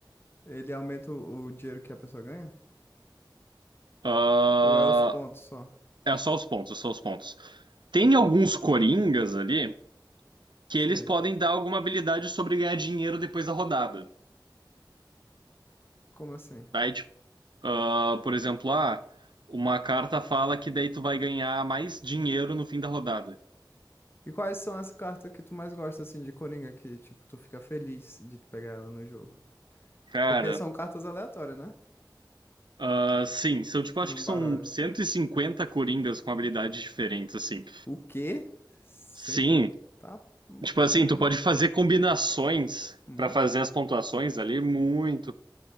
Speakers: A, on the left; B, on the right.
A: ele aumenta o, o dinheiro que a pessoa ganha?
B: Ah,
A: Ou é os pontos só?
B: é só os pontos, é só os pontos. Tem alguns coringas ali que
A: Sei.
B: eles podem dar alguma habilidade sobre ganhar dinheiro depois da rodada.
A: Como assim?
B: Daí, tipo, Ah, por exemplo, ah, uma carta fala que daí tu vai ganhar mais dinheiro no fim da rodada.
A: E quais são as cartas que tu mais gosta, assim, de Coringa, que, tipo, tu fica feliz de pegar ela no jogo?
B: Cara,
A: Porque são cartas aleatórias, né?
B: ah, sim, são tipo,
A: No
B: acho que são
A: baralho.
B: 150 coringas com habilidades diferentes, assim.
A: O quê? Cê
B: Sim,
A: tá. hum,
B: tipo
A: Caramba,
B: assim, tu pode fazer combinações
A: muito.
B: pra fazer as pontuações ali, muito.